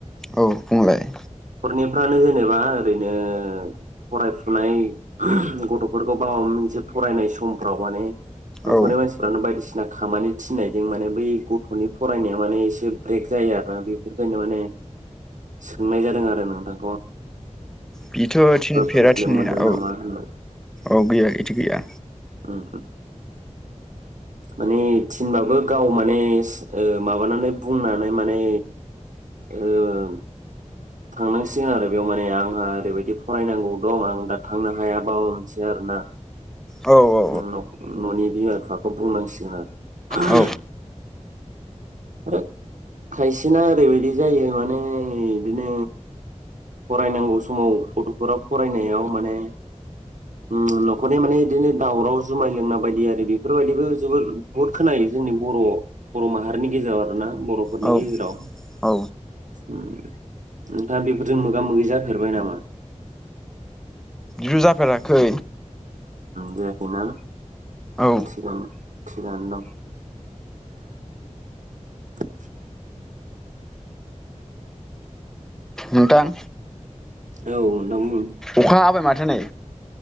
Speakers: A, in the centre; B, on the right.
A: औ बुंलाय।
B: खरनिफ्रानो जेनेबा ओरैनो फरायफुनाय गथ'फोरखौ बावा मोनसे फरायनाय समफ्राव माने नखरनि
A: औ
B: मानसिफ्रानो बायदिसिना खामानि थिननायजों माने बै गथ'नि फरायनाया माने एसे ब्रेक जायो आरोना बेफोरखायनो माने सोंनाय जाद दों आरो नोंथां।
A: बिथ' थिनफेरा
B: प्रब्लेम
A: थिननाया
B: मोनदों
A: औ
B: नामा होनना
A: औ गैया इदि गैया।
B: उम माने थिनबाबो गाव माने एस ओ माबानानै बुंनानै माने ओम थांनांसि आरो बेयाव माने आंहा ओरैबायदि फरायनांगौ दं आं दा थांनो हायाबाबो मोनसे आरोना।
A: औ औ
B: नक ननि‌ बिमा बिफाखौ बुंनांसिगोन आरो ओहोम
A: औ
B: आरो खायसेना ओरैबायदि जायो माने बिनो फरायनांगौ समाव गथ'फोरा फरायनायाव माने उम नखरनि माने इदिनो दावराव जुमाय लोंना बायदि आरि बेफोरबायदिबो जोबोद बुहुद खोनायो जोंनि बर'-बर' माहारिनि गेजेराव आरोना बरफोरनि
A: औ
B: गेजेराव
A: औ
B: उम। नोथांङा बेफोरजों मोगा मोगि जाफेरबाय नामा?
A: जु जाफेराखै।
B: जायाखो ना
A: औ
B: थिगानो थिगानो दं। <inaudible>
A: नोंथां
B: औ नोंथां बु
A: अखा हाबाय माथो नै।